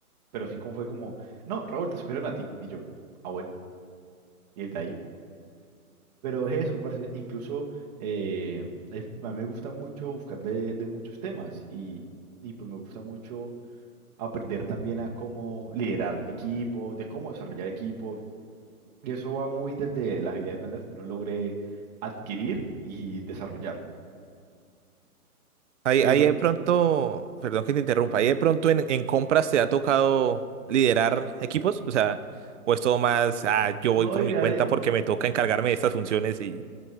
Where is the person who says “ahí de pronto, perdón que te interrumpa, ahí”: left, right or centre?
Right